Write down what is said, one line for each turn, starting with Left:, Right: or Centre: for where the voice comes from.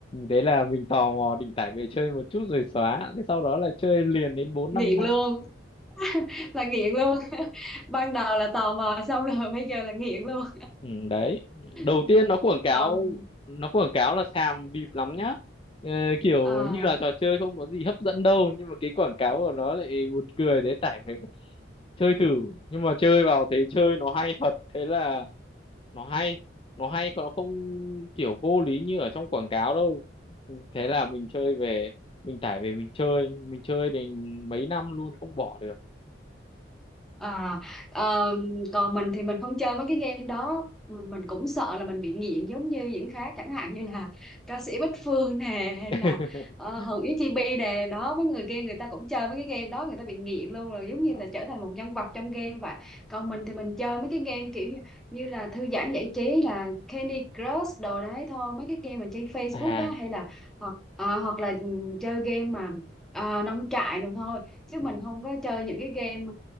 Left: thế là mình tò mò định tải về chơi một chút rồi xóa thế sau đó là chơi liền đến bốn
Centre: nghiện
Left: năm năm
Centre: luôn. là nghiện luôn <laughs> ban đầu là tò mò xong rồi <laughs> bây giờ là nghiện luôn
Left: ừ, đấy đầu
Centre: <laughs>
Left: tiên nó quảng cáo
Centre: còn
Left: nó quảng cáo là xàm bịp lắm nhá Ờ, kiểu
Centre: à,
Left: như là trò chơi không có gì hấp dẫn đâu nhưng mà cái quảng cáo của nó lại buồn cười thế tải về chơi thử nhưng mà chơi vào thấy chơi nó hay thật thế là nó hay nó hay còn nó không kiểu vô lý như ở trong quảng cáo đâu thế là mình chơi về mình tải về mình chơi mình chơi thì mấy năm luôn không bỏ được
Centre: À, ờ, còn mình thì mình không chơi mấy cái game đó mình, mình cũng sợ là mình bị nghiện giống như những khác chẳng hạn như là ca sĩ Bích Phương nè hay
Left: <laughs>
Centre: là uh, Hồng Yến Chi Bi nè đó mấy người kia người ta cũng chơi mấy cái game đó người ta bị nghiện luôn rồi giống như
Left: Không.
Centre: là trở thành một nhân vật trong game vậy còn mình thì mình chơi mấy cái game kiểu như như là thư giãn giải trí là Candy Crush đồ đấy thôi mấy cái game mà trên Facebook
Left: à
Centre: á hay là hoặc ờ, hoặc là ừ, chơi game mà ờ, nông trại đồ thôi chứ
Left: ừ.
Centre: mình không có chơi những cái game